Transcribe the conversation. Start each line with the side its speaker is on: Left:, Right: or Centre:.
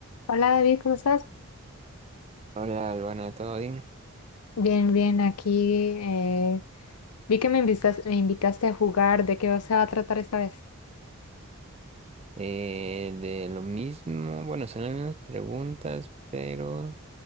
Left: Hola David, ¿cómo estás?
Right: Hola, Albana, ¿todo bien?
Left: Bien, bien, aquí. eh, vi que me invitas- me invitaste a jugar. ¿De qué se va a tratar esta vez?
Right: Eh, de lo mismo, bueno, son las mismas preguntas, pero